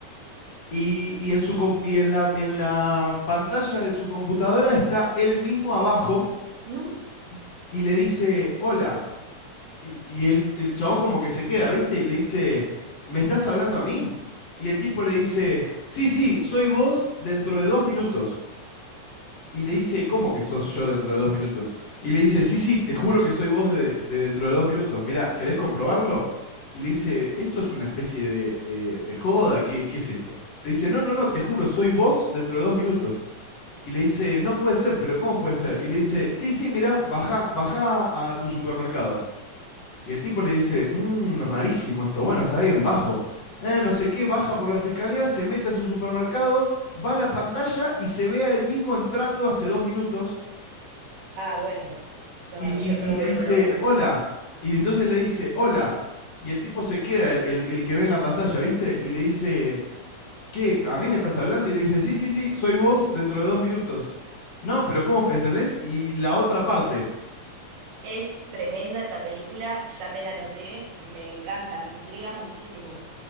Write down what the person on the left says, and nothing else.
Y, y en, su, comp- y en, la, en la pantalla de su computadora está él mismo abajo
y- y le dice, hola. Y, y el, el chabón como que se queda, ¿viste? Y le dice, ¿me estás hablando a mí? Y el tipo le dice, sí, sí, soy vos dentro de dos minutos. Y le dice, ¿cómo que sos yo dentro de dos minutos? Y le dice, sí, sí, te juro que soy vos de, de dentro de dos minutos. Mirá, ¿querés comprobarlo? Y le dice, ¿esto es una especie de, de- de joda? ¿Qué, qué es esto? Le dice, no, no, no, te juro, soy vos dentro de dos minutos. Y le dice, no puede ser, pero ¿cómo puede ser? Y le dice, sí, sí, mirá, baja, baja a tu supermercado. Y el tipo le dice, mmm, rarísimo esto, bueno, está bien, bajo. Eh, no sé qué, baja por las escaleras, se mete a su supermercado, va a la pantalla y se ve a él mismo entrando hace dos minutos
y,
y-
y
le dice,
hola. Y entonces le dice, hola. Y el tipo se queda, el, el- el que ve en la pantalla, ¿viste? Y le dice, ¿qué? ¿A mí me estás hablando? Y le dice, sí, sí, sí, soy vos dentro de dos minutos. No, pero ¿cómo? ¿Entendés? Y la otra parte.